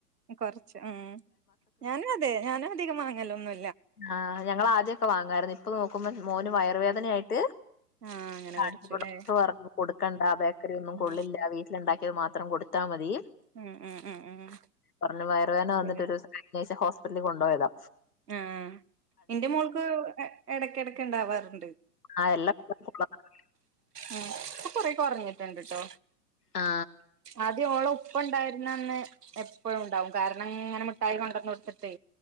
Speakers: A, on the right (about 80°); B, on the left (about 70°).
A: കൊറച്ച് ആ ഞാനും അതെ ഞാനും അധികം വാങ് ക്കലൊന്നും
B: ആഹ് ഞങ്ങൾ ആദ്യൊക്കെ വാങ്ങോയിരുന്നു ഇപ്പൊ നോക്കുമ്പോ മോന് വയറ്വേദനയായി ട്ട്
A: ആഹ് അങ്ങനെ
B: കാണിച്ചപ്പോ
A: കൊറച്ചുല്ലേ
B: ഡോക്ടർ പറഞ്ഞു കൊടുക്കണ്ട ബേക്കറി ഒന്നും
A: ഉം
B: കൊള്ളില്ല വീട്ടില ഉണ്ടാക്കിയത് മാ ത്രം കൊടുത്താൽ മതി
A: ഉം ഉം ഉം ഉം
B: പറഞ്ഞു വയറുവേന
A: ശരി
B: വന്നിട്ടൊരു ഒരു സം <unintelligible> ഹോസ് പിറ്റലി കൊണ്ടോയതാ
A: ആ എന്റെ മോൾക്ക് എടക്ക് എടക്ക് ഉണ്ടാവാറുണ്ട്
B: ആഹ് എല്ലാ <unintelligible> ഉള്ളതാണ്
A: ഉം ഇപ്പൊ കൊറെ കുറഞ്ഞിട്ടുണ്ട് ട്ടോ
B: ആ
A: ആദ്യം ഓള ഉപ്പ ഉണ്ടായിരുന്നന്ന് എപ്പഴും ഉണ്ടാവും കാര ണങ്ങെനെ മു ഠായി കൊണ്ടന്ന് കൊടുത്തിട്ടെ